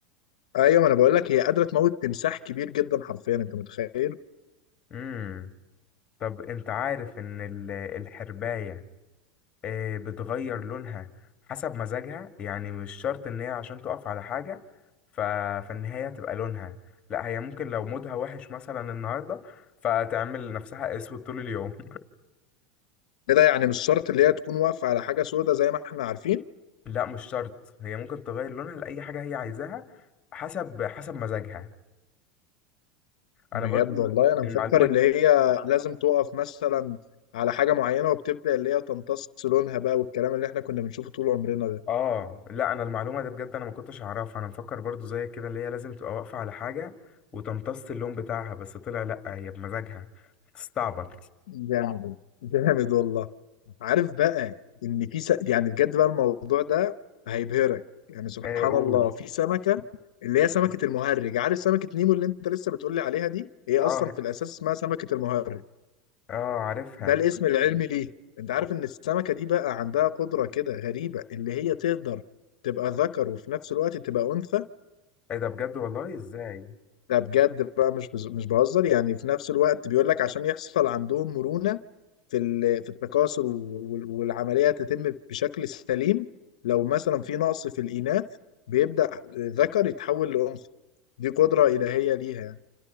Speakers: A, on the left (about 90°); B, on the left (about 30°).
A: ايوه ما انا بقول لك هي قادره تموت تمساح كبير جدا حرفيا انت متخيل
B: امم طب انت عارف ان ال... الحرباية آه، بتغير لونها حسب مزاجها يعني مش شرط ان هي عشان تقف على حاجة ف... فان هي تبقى لونها لا هي ممكن لو مودها وحش مثلا النهاردة فتعمل نفسها اسود طول اليوم <laughs>
A: ايه ده يعني مش شرط اللي هي تكون واقفه على حاجه سودة زي ما احنا عارفين
B: لا مش شرط هي ممكن تغير لونها لأي حاجة هي عايزاها حسب حسب مزاجها
A: بجد
B: انا برضو
A: والله انا
B: المعلومة
A: مفكر اللي هي لازم تقف مثلا على حاجه معينه وبتبدا اللي هي تمتص لونها بقى والكلام اللي احنا كنا بنشوفه طول عمرنا ده
B: اه لا انا المعلومة دي بجد انا ما كنتش اعرفها انا مفكر برضو زي كده اللي هي لازم تبقى واقفة على حاجة وتمتص اللون بتاعها بس طلع لا هي بمزاجها تستعبط
A: جامد جامد والله عارف بقى ان في س... يعني بجد بقى الموضوع ده هيبهرك يعني سبحان
B: آه، قول
A: الله في سمكه اللي
B: مم.
A: هي سمكه المهرج عارف سمكه نيمو اللي انت لسه بتقولي عليها دي هي اصلا
B: اه
A: في الاساس اسمها سمكه المهرج
B: اه عارفها
A: ده الاسم العلمي ليه انت عارف
B: م-
A: ان السمكه دي بقى عندها قدره كده غريبه اللي هي تقدر تبقى ذكر وفي نفس الوقت تبقى انثى
B: ايه ده بجد والله ازاي
A: ده بجد بقى مش بز... مش بهزر يعني في نفس الوقت بيقول لك عشان يحصل عندهم مرونه في ال- في التكاثر وال- والعملية تتم بشكل سليم لو مثلا في نقص في الإناث بيبدأ ذكر يتحول لأنثى دي قدرة إلهية ليها يعني.